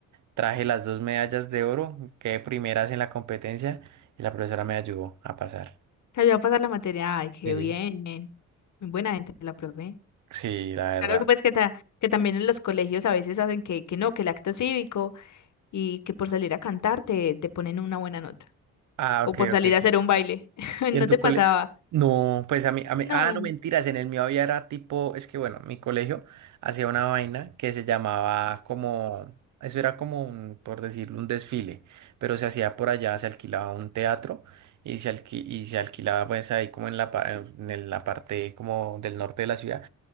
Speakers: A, on the right (about 60°); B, on the left (about 60°).
A: Traje las dos medallas de oro, quedé primeras en la competencia y la profesora me ayudó a pasar.
B: Te ayudó a pasar la materia. Ay, qué
A: Sí,
B: bien. Muy buena gente la profe.
A: sí, la
B: Claro
A: verdad.
B: que pues que, ta- que también en los colegios a veces hacen que, que no, que el acto cívico y que por salir a cantar te, te ponen una buena nota.
A: Ah,
B: O
A: ok,
B: por salir
A: ok, ok.
B: a hacer un baile. <laughs>
A: ¿Y
B: No
A: en tu
B: te
A: cole?
B: pasaba.
A: No, pues a mí, a mí,
B: No,
A: ah, no mentiras, en el mío había era tipo, es que bueno, mi colegio hacía una vaina que se llamaba como, eso era como un, por decirlo, un desfile, pero se hacía por allá, se alquilaba un teatro y se alqui- y se alquilaba pues ahí como en la, pa- en el- la parte como del norte de la ciudad